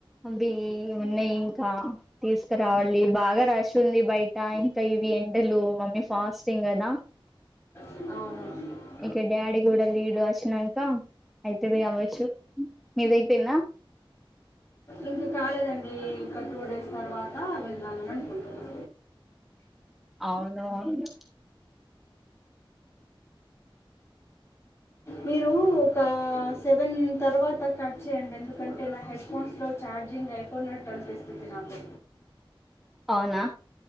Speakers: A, in the centre; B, on the left (about 30°).
A: అవి ఉన్నాయి ఇంకా తీసుకురావాలి బాగా రష్ ఉంది బయట ఇంకా. ఇవి ఎండలు మమ్మీ ఫాస్టింగ్ కదా.
B: మ్మ్. అవును
A: ఇక డాడ కూడాూడలి ఇడు అచ్చనాంక అయితుంది కావచ్చు మీదయిపోయినా.
B: ఇంకా కాలేదండి ఇక టూ డేస్ తర్వాత వెళ్ళాలని అనుకుంటున్నాను.
A: అవును అవును
B: మీరు ఒక సెవెన్ తర్వాత. కట్ చేయండి ఎందుకంటే నా హెడ్ ఫోన్స్లో ఛార్జింగ్ అయిపోయినట్టు అనిపిస్తుంది నాకు.
A: అవునా